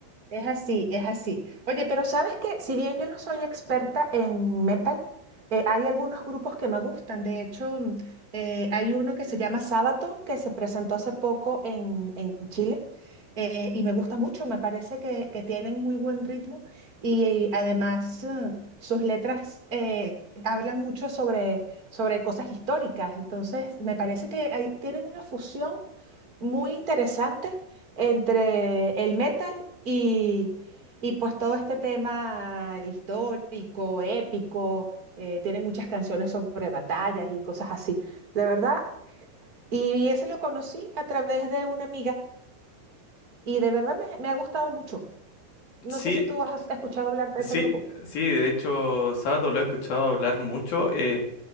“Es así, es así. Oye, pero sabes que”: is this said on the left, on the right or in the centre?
Right